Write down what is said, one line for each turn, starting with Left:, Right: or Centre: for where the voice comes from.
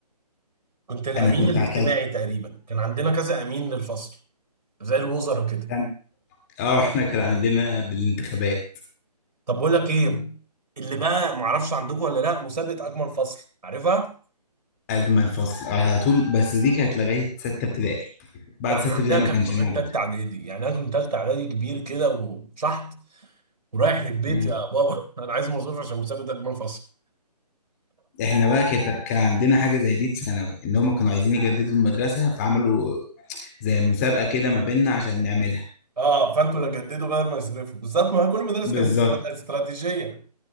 Right: كنت الامين
Left: انا كنت
Right: الاجتماعي
Left: ع- كانت
Right: تقريبا كان عندنا كذا امين للفصل زي الوزراء كده
Left: كان اه <laughs> احنا كان عندنا بالانتخابات
Right: طب بقول لك ايه اللي بقى معرفش عندكم ولا لا مسابقه اجمل فصل عارفها
Left: اجمل فصل على طول بس دي كانت لغايه سته ابتدائي بعد
Right: ده احنا
Left: سته ابتدائي
Right: عندنا كانت
Left: ما كانش
Right: لغايه
Left: موجود
Right: تالته اعدادي يعني انا كنت تالته اعدادي كبير كده وشحط ورايح للبيت
Left: مم.
Right: يا بابا <laughs> انا عايز مصروف عشان مسابقه اجمل فصل
Left: احنا بقى كانت كان عندنا حاجه زي دي في ثانوي ان هم كانوا عايزين يجددوا المدرسه فعملوا زي مسابقه كده ما بيننا عشان نعملها
Right: اه فانتوا اللي جددوا بدل ما يصرفوا بالظبط ما هي كل مدرسه
Left: بالظبط
Right: كانت استراتيجيه